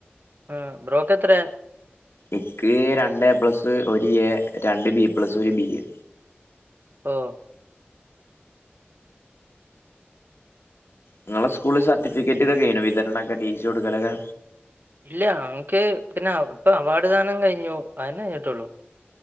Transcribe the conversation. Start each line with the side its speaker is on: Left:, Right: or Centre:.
Right: ആഹ് ബ്രോക്കെത്രയാ
Left: ഇക്ക് രണ്ട് എ പ്ലസ് ഒരു എ രണ്ട് ബി പ്ലസ് ഒരു ബിയ്
Right: ഓഹ്
Left: ഇങ്ങളെ സ്കൂള് സർട്ടിഫിക്കറ്റ് ഒക്കെ കഴിഞ്ഞോ വിതരണൊക്കെ ടി സി കൊടുക്കലൊക്കെ
Right: ഇല്ല ഞങ്ങക്ക് പിന്നെ ഇപ്പ അവാർഡ് ദാനം കഴിഞ്ഞു അതെന്നെ കയിഞ്ഞിട്ടുള്ളൂ